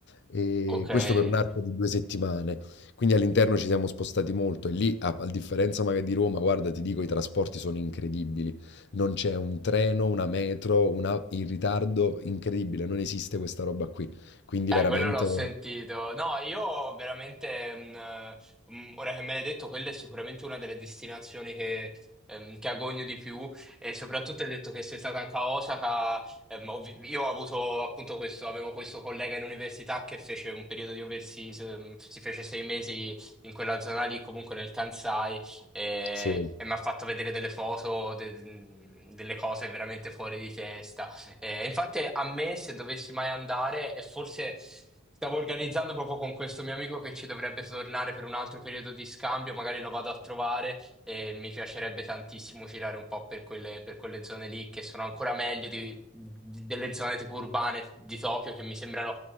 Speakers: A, on the left; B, in the centre.
A: E
B: Ok, eh,
A: questo per un arco di due settimane. Quindi all'interno ci siamo spostati molto e lì, a, a differenza magari di Roma, guarda, ti dico, i trasporti sono incredibili. Non c'è un treno, una metro, una, in ritardo incredibile, non esiste questa roba qui. Quindi veramente...
B: quello l'ho sentito. No, io veramente, mm, eh, mm, ora che me l'hai detto, quella è sicuramente una delle destinazioni che, ehm, che agogno di più e soprattutto hai detto che sei stata anche a Osaka. ehm, ovvi- io ho avuto appunto questo, avevo questo collega in università che fece un periodo di overseas, ehm, si fece sei mesi in quella zona lì, comunque nel Kansai, e,
A: Sì.
B: e mi ha fatto vedere delle foto, de- mm, delle cose veramente fuori di testa. Eh, infatti a me se dovessi mai andare, e forse stavo organizzando proprio con questo mio amico che ci dovrebbe tornare per un altro periodo di scambio, magari lo vado a trovare e mi piacerebbe tantissimo girare un po' per quelle, per quelle zone lì che sono ancora meglio di- di- delle zone tipo urbane di Tokyo che mi sembrano